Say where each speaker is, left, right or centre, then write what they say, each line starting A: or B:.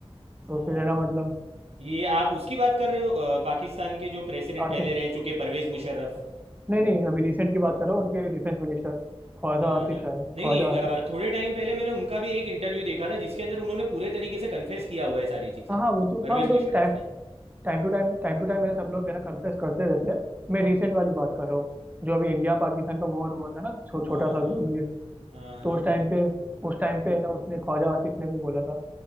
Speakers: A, on the right; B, on the right.
A: तो
B: हाँ,
A: फिर है ना मतलब
B: ये आप उसकी बात कर रहे हो अ, पाकिस्तान के जो प्रेसिडेंट
A: आसिफ
B: पहले रह चुके परवेज़ मुशर्रफ
A: नहीं नहीं अभी रिसेंट की बात कर रहा हूँ उनके डिफेंस मिनिस्टर ख्वाजा
B: अच्छा
A: आसिफ शायद
B: नहीं
A: ख्वाजा
B: नहीं अ,
A: आसिफ
B: थोड़े टाइम पहले मैंने उनका भी एक इंटरव्यू देखा था जिसके अंदर उन्होंने पूरे तरीके से कन्फेस किया हुआ है सारी चीज़ें
A: हाँ हाँ वो तो
B: परवेज़
A: हाँ वो तो
B: मुशर्रफ
A: time
B: ने
A: time to time time to time है ना सब लोग है ना कन्फ्रेस करते रहते हैं मैं रिसेंट वाली बात कर रहा हूँ जो अभी इंडिया पाकिस्तान का वॉर हुआ था ना छो, छोटा
B: हाँ
A: सा
B: हाँ
A: जो भी है
B: हाँ हाँ
A: तो उस
B: हाँ
A: टाइम पे उस टाइम पे है ना उसने ख्वाजा आसिफ ने भी बोला था